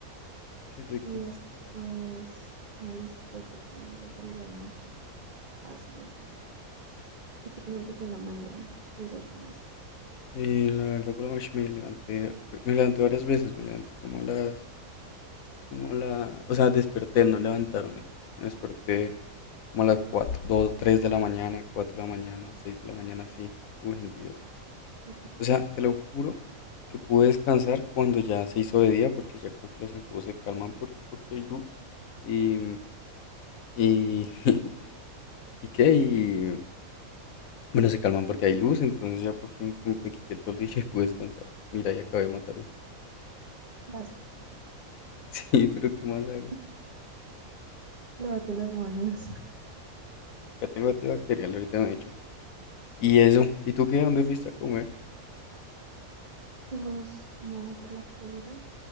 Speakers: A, on the left; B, on the right.
A: qué rico.
B: Y después me alisté porque íbamos a salir a almorzar con mis papás y eso. ¿A ti cómo te fue en la mañana? ¿Qué desayunaste? ¿Qué comiste?
A: Eh, la verdad, por la noche me levanté, me levanté varias veces, me levanté como a las, como a la, o sea, desperté, no levantarme. Me desperté Como a las 4 2 3 de la mañana, 4 de la mañana, 6 de la mañana, sí. Uy, Dios.
B: ¿Qué fue?
A: O sea, te lo juro que pude descansar cuando ya se hizo de día, porque ya como que los zancudos se calman por- porque hay luz. Y, mm, y, <laughs> ¿y qué? Y, bueno, se calman porque hay luz, entonces ya por fin como me quité el toldillo y pude descansar. Mira, ya acabé de matar uno.
B: Qué asco.
A: <laughs> Sí, pero ¿qué más hago?
B: <laughs> Lávate las manos. <laughs>
A: Acá tengo antibacterial, ahorita me he hecho. Y eso, ¿y tú qué? ¿Dónde fuiste a comer?
B: Fuimos como por la calera